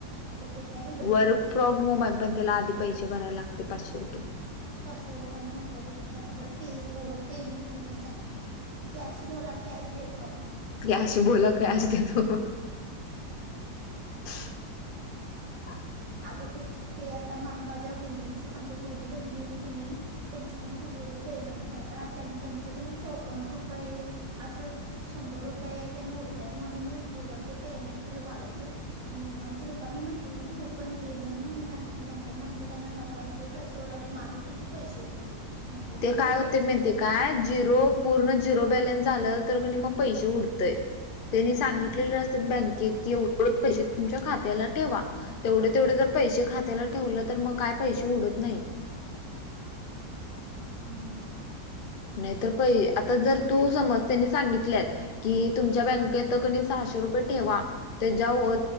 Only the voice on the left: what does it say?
वर्क फ्रॉम होम आहे, पण त्याला आधी पैसे भरायला लागते पाचशे रुपये.
क्लॅश बोला, कॅश देतो <unintelligible>
ते
काय
होते
माहीती
का झिरो पूर्ण जिरो बॅलन्स झालं तर कनाई म पैसे उडतय त्यांनी सांगितलेले
असतात बँकेत कि एवढं पैसे तुमच्या खात्याला ठेवा तेवढे, तेवढे जर पैसे खात्याला
ठेवलं तर मग काय पैसे उडत नाहीत
नाही तर पै आता जर तू समज त्यांनी सांगितलं आहे की तुमच्या बँक तिथ कनाई सहाशे रुपये ठेवा त्याच्याव